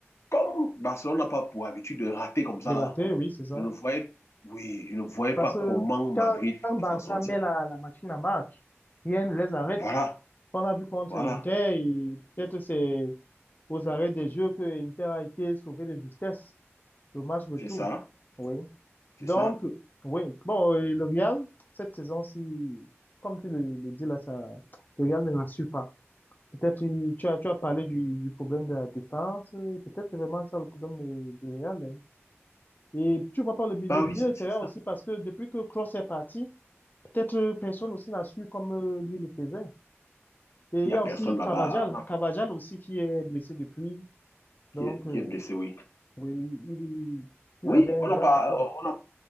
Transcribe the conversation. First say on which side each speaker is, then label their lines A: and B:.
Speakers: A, on the left (about 75°); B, on the left (about 40°).
A: comme Barcelone n'a pas pour habitude de rater comme ça,
B: Le
A: là,
B: raté, oui, c'est ça.
A: je ne voyais, oui, je ne voyais
B: Parce
A: pas
B: que
A: comment
B: quand,
A: Madrid
B: quand Barça
A: peut s'en sortir.
B: met la, la machine à marche, rien ne les arrête.
A: Voilà,
B: qu'on a vu contre
A: voilà,
B: Inter et peut-être c'est aux arrêts des jeux que Inter a été sauvé de justesse, le match retour.
A: c'est ça,
B: Oui.
A: c'est
B: Donc,
A: ça.
B: oui. Bon, et le Real, cette saison-ci, comme tu le, le dis là, ça, le Real ne rassure pas. Peut-être il- tu as, tu as parlé du, du problème de la défense, euh, peut-être c'est vraiment ça le problème de- du Real. hein. Et tu vois pas le, mi-
A: Bah
B: le milieu
A: oui, c'est
B: de terrain
A: c'est ça.
B: aussi parce que depuis que Kroos est parti, peut-être euh, personne aussi n'a su comme euh, lui le faisait. Et il
A: Il n'y
B: y
A: a
B: a
A: personne
B: aussi Cavajal,
A: là-bas on a,
B: Cavajal aussi qui est blessé depuis. Donc,
A: qui, est,
B: euh,
A: qui est blessé, oui.
B: oui, il, il
A: Oui,
B: avait un
A: on n'a
B: gars
A: pas,
B: à fond.
A: on a,